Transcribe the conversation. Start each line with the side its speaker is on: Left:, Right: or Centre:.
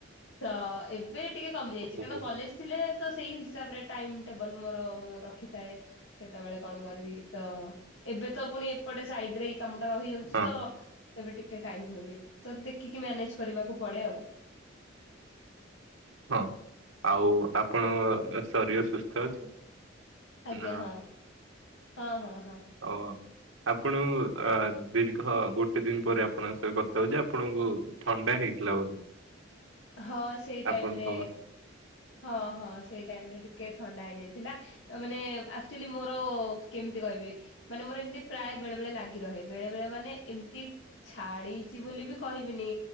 Left: ତ ଏବେ ଟିକେ କମିଯାଇଛି।
Right: ଓହୋ
Left: ଥିଲେ ତ ସେଇ ହିସାବରେ ଟାଇମ୍ ଟେବଲ ମୋର ମୁଁ ରଖିଥାଏ। କେତେବେଳେ କଣ କରିବି ତ ଏବେ ତ ପୁଣି ଏପଟେ ସାଇଟ ରେ କାମ ଟା ରହିଯାଉଛି
Right: ହଁ
Left: ତ ଏବେ ଟିକେ ଟାଇମ୍ ହୁଏନି ତ ଦେଖିକି ମ୍ୟାନେଜ କରିବାକୁ ପଡେ ଆଉ।
Right: ହଁ ଆଉ ଆପଣଙ୍କ ଶରୀର ସୁସ୍ଥ ଅଛି।
Left: ଆଜ୍ଞା
Right: ନା
Left: ହଁ ହଁ ହଁ ହଁ।
Right: ଓ। ଆପଣ ଅ ଦୀର୍ଘ ଗୋଟେ ଦିନ ପରେ ଆପଣଙ୍କ ସ କଥା ହଉଛି। ଆପଣଙ୍କୁ ଥଣ୍ଡା ହେଇଥିଲା ବୋଧେ।
Left: ହଁ ସେଇ ଟାଇମ୍
Right: ଆପଣଙ୍କ
Left: ରେ
Right: ହଁ
Left: ହଁ ହଁ ସେଇ ଟାଇମ୍ ରେ ଟିକେ ଥଣ୍ଡା ହେଇଯାଇଥିଲା। ମାନେ ଆକ୍ଚୁଆଲି ମୋର କେମିତି କହିବି। ମାନେ ମୋର ଏମିତି ପ୍ରାୟ ବେଳେ ବେଳେ ଲାଗି ରହେ ବେଳେ ବେଳେ ମାନେ ଏମତି। ଛାଡଚି ବୋଲି ବି କହିବିନି